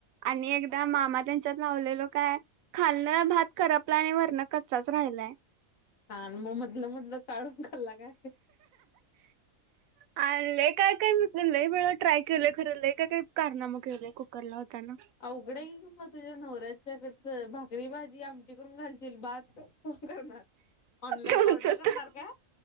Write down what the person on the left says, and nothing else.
छान म मधलं, मधलं काढून खांल्ला काय.
अवघडं ये म तुझ्या नवऱ्याच्याकडचं भाकरी, भाजी, आमटी करून घालतील भात? कोण करणार ऑनलाईन
ऑर्डर करणार
का,